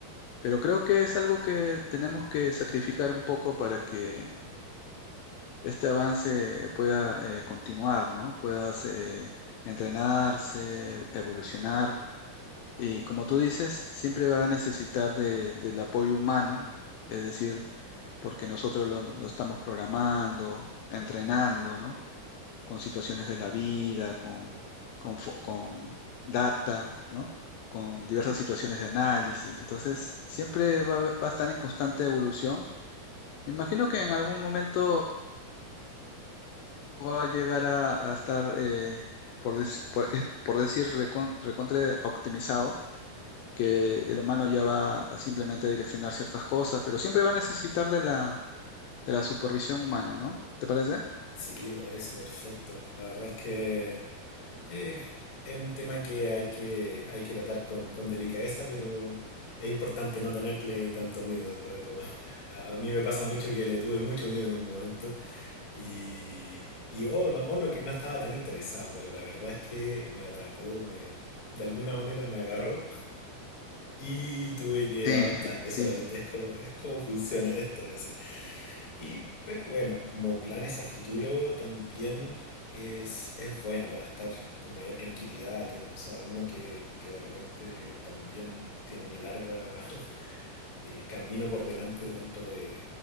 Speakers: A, on the left; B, on the left.
A: pero creo que es algo que tenemos que sacrificar un poco para que este avance pueda eh, continuar, ¿no? pueda eh, entrenarse, evolucionar. Y como tú dices, siempre va a necesitar de- del apoyo humano, es decir, porque nosotros lo, lo estamos programando, entrenando, ¿no? con situaciones de la vida, con, con, fo- con data, ¿no? Con diversas situaciones de análisis. Entonces, siempre va, va a estar en constante evolución. Me imagino que en algún momento va a llegar a, a estar, eh, por, dec- por, eh, por decir, recon- recontra optimizado, que el humano ya va a simplemente direccionar ciertas cosas, pero siempre va a necesitar de la, de la supervisión humana, ¿no? ¿Te parece?
B: Sí, me parece perfecto. La verdad es que eh, es un tema que hay que, hay que tratar con, con delicadeza, pero es importante no tenerle tanto miedo, ¿verdad? Como a, a mí me pasa mucho que le tuve mucho miedo en un momento Y, y oh, no, oh, no, que no estaba tan interesado, pero la verdad es que me atrapó, me, de alguna manera me agarró y tuve que
A: Sí,
B: adaptarme.
A: sí.
B: Solamente es como, es como funciona esto a veces. Y, pero bueno, como planes a futuro también es, es bueno para estar con mayor tranquilidad. ten- o sea, uno que, que de repente también tiene una larga <laughs> eh, camino por delante dentro de,